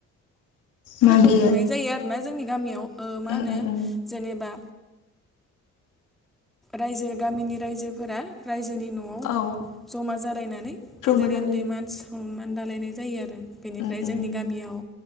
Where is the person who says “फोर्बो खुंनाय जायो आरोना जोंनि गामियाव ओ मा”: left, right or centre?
Centre